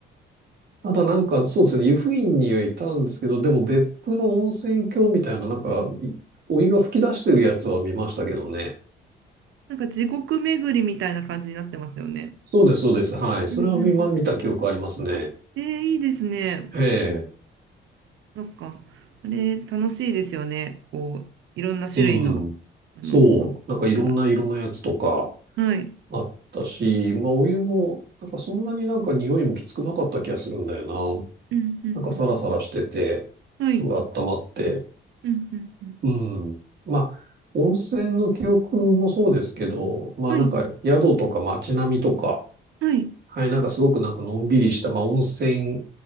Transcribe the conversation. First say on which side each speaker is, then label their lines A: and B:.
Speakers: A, on the right; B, on the right.
A: ただなんか、そうですね、湯布院にはいたんですけど、でも別府の温泉郷みたいな、なんか、いお湯が噴き出してるやつは見ましたけどね。
B: なんか地獄巡りみたいな感じになってますよね。
A: そうです、そうです。はい。それは見ま、
B: うんうんうん。
A: 見た記憶ありますね。
B: あ、えーいいですね。
A: ええ。
B: そっか。あれ、楽しいですよね。こう、いろんな種類の、
A: うん。
B: あのーやつが。
A: そう。なんかいろんな色のやつとか
B: はい。
A: あったし、まあお湯も、なんかそんなになんか匂いもきつくなかった気がするんだよな。
B: うんうん
A: なんかサラサラしてて、
B: うん。
A: すごい温まって。
B: はい。うんうんうん。
A: うん。まあ、温泉の記憶もそうですけど、まあなんか宿とか街並みとか、
B: はい。はい。
A: はい、なんかすごくなんかのんびりした、まあ温泉、